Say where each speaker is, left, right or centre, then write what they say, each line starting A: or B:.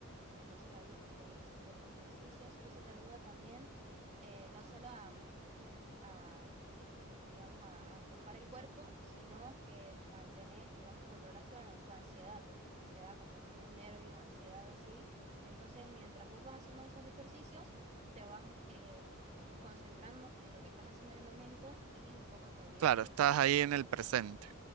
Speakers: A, on the right (about 30°); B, on the right (about 75°).
A: Entonces ahí seguís haciendo los ejercicios y eso te ayuda también eh, no solo a, a digamos, a, a aflojar el cuerpo, sino que mantenés, digamos, controlás tu, tu ansiedad, porque te da como unos nervios, ansiedad así. Entonces, mientras vos vas haciendo esos ejercicios, te vas em, concentrando en lo que estás haciendo en el momento y un poco te olvidas
B: claro,
A: de,
B: estás ahí en el presente.